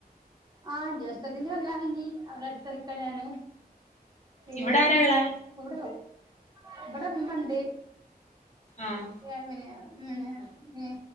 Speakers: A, on the right; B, on the left.
A: ആഹ് ജ്യേഷ്ഠത്തിന്റെ കല്യാണൈഞ്ഞി അവിടെ അടുത്ത്ക്കന്നെണ് പിന്നെ
B: ഇവിടെ ആരാ ഉള്ളേ
A: ഇവിടെ ഇവിടെമ്മണ്ട്
B: ആഹ്
A: <unintelligible> പിന്നെ <unintelligible> ന്നെ